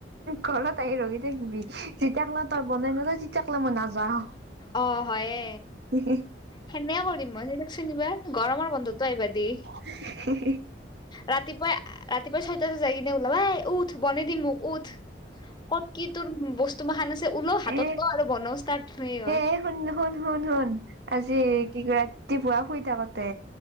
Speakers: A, on the right; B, on the left.
A: ঘৰত আহি ৰখি থাকবি যেতিয়াকলে তই বনাই নিদিৱ তেতিয়াকলে মই নাযাও।
B: অ হয়ে।
A: হু হু
B: সেনেও কৰিম মই সেইটোক চিনিবা গৰমৰ বন্ধতো আহিবা দি।
A: হে হে
B: ৰাতিপুৱাই আ ৰাতিপুৱা ছয়টাতে যাই কিনে ওলাবাই উঠ বনাই দিম মোক উঠ কত কি তোৰ ব বস্তু মখান আছে ওলও হাতত
A: এ
B: লও আৰু বনাও ষ্টাৰ্ট হয়ে।
A: এ শুন শুন শুন শুন আজি কি ৰাতিপুৱা শুই থাকোতে